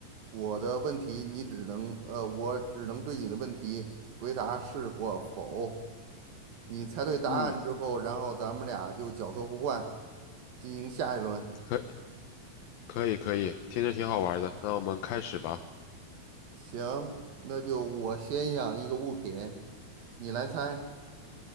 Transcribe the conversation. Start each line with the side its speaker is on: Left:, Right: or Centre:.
Right: 我的问题你只能，呃，我只能对你的问题回答是或否。你猜对答案之后，
Left: 嗯，
Right: 然后咱们俩就角色互换，进行下一轮。
Left: 可可以可以，听着挺好玩的，那我们开始吧。
Right: 行，那就我先想一个物品，你来猜。